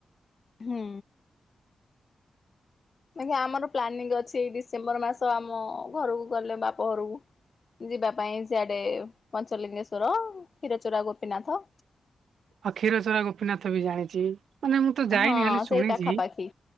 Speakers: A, on the left; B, on the right.
A: ହଁ ଅ ଆ ଆମର ପ୍ଲାନିଂ ଅଛି, ଏଇ ଡିସେମ୍ବର ମାସ ଆମ ଘରକୁ ଗଲେ ବାପ ଘରକୁ ଯିବା ପାଇଁ ସିଆଡେ ପଞ୍ଚଲିଙ୍ଗେଶ୍ଵର, କ୍ଷୀରଚୋରା ଗୋପୀନାଥ।
B: ଅ କ୍ଷୀରଚୋରା ଗୋପୀନାଥ ବି ଜାଣିଛି। ମାନେ ମୁଁ ତ ଯାଇନି
A: ହଁ
B: ଖାଲି ଶୁଣିଛି
A: ସେଇ ପାଖାପାଖି